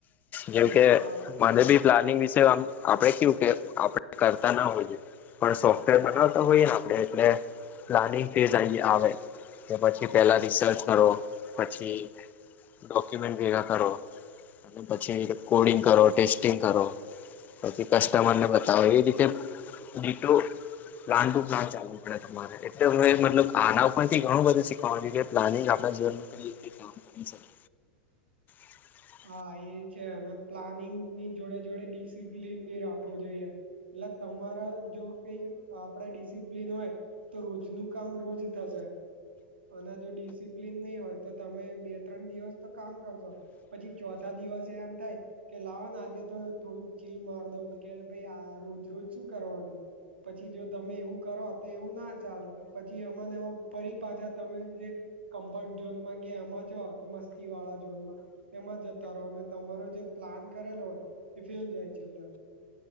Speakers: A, on the left (about 30°); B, on the right (about 85°).
A: જેમ કે
B: હા
A: મને બી પ્લાનિંગ વિશે આ આપડે કેવું કે આપડે કરતા ના હોઈએ. પણ સોફ્ટવેર બનાવતા હોઈએ ને આપડે એટલે પ્લાનિંગ ડિઝાઇન બી આવે. કે પછી પેલા રિસર્ચ કરવો. પછી ડોક્યુમેન્ટ ભેગા કરો. અને પછી કોડિંગ કરો ટેસ્ટિંગ કરો. પછી કસ્ટમર ને બતાવી એ રીતે D two plan two plan ચાલે. અમને તો મારી રીતે એટલે હું મતલબ આના ઉપર થી ઘણું બધું શીખવાનું કે પ્લાનિંગ આપણા જીવન કઈ રીતે કામ કરી શકે. <inaudible>
B: હા એ છે અને પ્લાનિંગ ની જોડે જોડે ડિસિપ્લીન બી રાખવો જોઈએ. એટલે તમારે જો બી આપડે ડિસિપ્લન હોય તો રોજનું કામ રોજ થશે. અને જો ડિસિપ્લન નહી હોય તો તમે બે ત્રણ દિવસ તો કામ કરશો. પછી ચોથા દિવસ એમ થાય. કે લાવો ને આજે તો થોડુંક ચીલ માર દઉ કે ભાઈ આ રોજ રોજ શું કરવાનું. પછી જો તમે એવું કરો તો એવું ના ચાલે પછી એમાં ને એમાં ફરી પાછા તમે જે કમ્ફર્ટ ઝોનમાં કે એમાં છો મસ્તી વાળા ઝોનમાં તેમાં જતા રહો ને તમારો જે પ્લાન કરેલો હોય એ ફેલ જાય છેલ્લે.